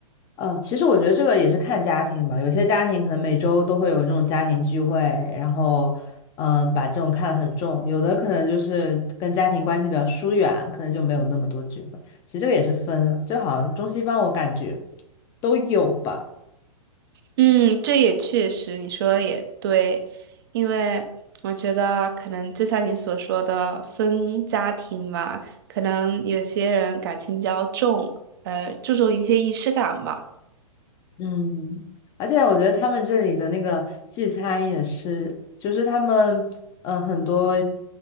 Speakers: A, on the left; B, on the right.
A: 嗯，其实我觉得这个也是看家庭吧，有些家庭可能每周都会有那种家庭聚会，然后嗯，把这种看得很重，有的可能就是跟家庭关系比较疏远，可能就没有那么多聚会。其实这个也是分的，就好像中西方我感觉都有吧，
B: 嗯，这也确实，你说的也对，因为我觉得可能就像你所说的分家庭嘛，可能有些人感情比较重，呃，注重一些仪式感吧。
A: 嗯，而且我觉得他们这里的那个聚餐也是，就是他们嗯呃很多。